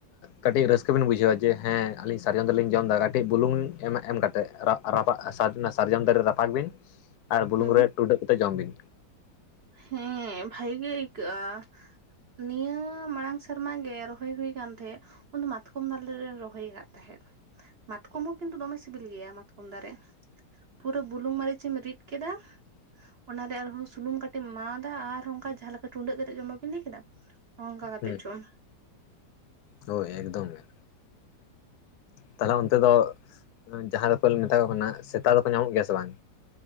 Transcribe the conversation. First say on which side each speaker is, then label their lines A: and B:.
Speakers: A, on the left (about 70°); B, on the right (about 40°).
A: ᱠᱟᱹᱴᱤᱡ ᱨᱟᱹᱥᱠᱟᱹ ᱵᱤᱱ ᱵᱩᱡᱷᱟᱹᱣᱟ ᱡᱮ ᱦᱮᱸ ᱟᱹᱞᱤᱧ ᱥᱟᱨᱡᱚᱢ ᱫᱚᱨᱮᱞᱤᱧ ᱡᱚᱢ ᱮᱫᱟ ᱠᱟᱹᱴᱤᱡ ᱵᱩᱞᱩᱝ ᱮᱢ ᱠᱟᱛᱮᱫ <unintelligible> ᱼᱼ ᱨᱟᱯᱟᱜ <unintelligible> <unintelligible> ᱥᱟᱨᱡᱚᱢ ᱫᱟᱨᱮ ᱨᱟᱯᱟᱜ ᱵᱤᱱ ᱟᱨ ᱵᱩᱞᱩᱝ
B: ᱦᱮᱸ
A: ᱨᱮ ᱴᱩᱰᱟᱹᱜ ᱠᱟᱛᱮ ᱡᱚᱢ ᱵᱤᱱᱼᱼ
B: ᱦᱮᱸ ᱵᱷᱟᱜᱮ ᱟᱹᱭᱠᱟᱹᱜᱼᱟ᱾ ᱱᱤᱭᱟᱹ ᱢᱟᱲᱟᱝ ᱥᱮᱨᱢᱟ ᱜᱮ ᱨᱚᱦᱚᱭ ᱦᱩᱭ ᱟᱠᱟᱱ ᱛᱟᱦᱮᱸᱫᱼᱼ ᱩᱱ ᱫᱚ ᱢᱟᱛᱠᱚᱢ ᱫᱟᱨᱮ ᱞᱮ ᱨᱚᱦᱚᱭ ᱠᱟᱫ ᱛᱟᱦᱮᱸᱫᱼᱼ ᱢᱟᱛᱠᱚᱢ ᱦᱚᱸ ᱠᱤᱱᱛᱩ ᱫᱚᱢᱮ ᱥᱤᱵᱤᱞ ᱜᱮᱭᱟ ᱢᱟᱛᱠᱚᱢ ᱫᱟᱨᱮ᱾ ᱯᱩᱨᱟᱹ ᱵᱩᱞᱩᱝ ᱢᱟᱹᱨᱤᱪ ᱮᱢ ᱨᱤᱫ ᱠᱮᱫᱟ ᱚᱱᱟᱨᱮ ᱟᱨᱦᱚᱸᱼᱼ ᱥᱩᱱᱩᱢ ᱠᱟᱴᱤᱡ ᱮᱢᱟ ᱟᱫᱟ ᱟᱨ ᱚᱱᱠᱟ ᱡᱟᱦᱟᱸ ᱞᱮᱠᱟ ᱴᱩᱸᱰᱟᱹᱜ ᱠᱟᱛᱮᱫ ᱡᱚᱢ ᱵᱟᱵᱤᱱ ᱞᱟᱹᱭ ᱠᱮᱫᱟ ᱚᱱᱠᱟ ᱠᱟᱛᱮᱫ
A: ᱦᱩᱸ
B: ᱡᱚᱢᱼᱼ
A: ᱦᱳᱭ ᱮᱠᱫᱚᱢ ᱜᱮ᱾ ᱛᱟᱦᱞᱮ ᱚᱱᱛᱮ ᱫᱚ ᱡᱟᱦᱟᱸ ᱫᱚᱠᱚ ᱢᱮᱛᱟ ᱠᱚ ᱠᱟᱱᱟ ᱥᱮᱛᱟ ᱫᱚᱠᱚ ᱧᱟᱢᱚᱜ ᱜᱮᱭᱟ ᱥᱮ ᱵᱟᱝ?